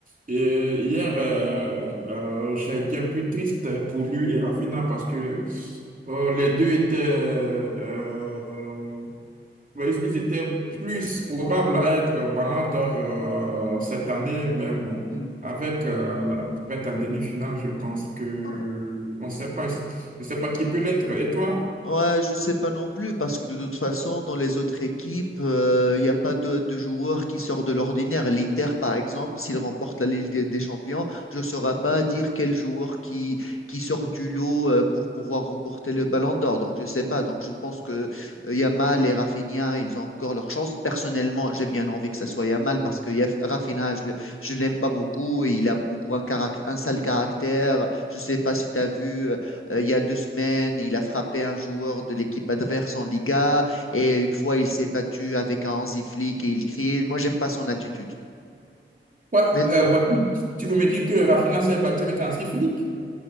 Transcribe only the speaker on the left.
Hmm.
Oh.
Ouais, je sais pas non plus, parce que de toute façon, dans les autres équipes, il n'y a pas de, de joueurs qui sortent de l'ordinaire. L'Inter, par exemple, s'il remporte la Ligue des, des Champions, je ne saurais pas dire quel joueur qui, qui sort du lot euh, pour pouvoir remporter le Ballon d'Or. Donc, je sais pas. Donc, je pense que euh, Yamal et Rafinha, ils ont encore leur chance. Personnellement, j'ai bien envie que ça soit Yamal, parce que Yaf- Rafinha, je, le- je l'aime pas beaucoup. et il a beaucoup un, caract- un sale caractère. Je sais pas si tu as vu. Euh, il y a deux semaines, il a frappé un joueur de l'équipe adverse en Liga et une fois, il s'est battu avec un Hansi Flick et il crie. Moi, j'aime pas son attitude.
Mais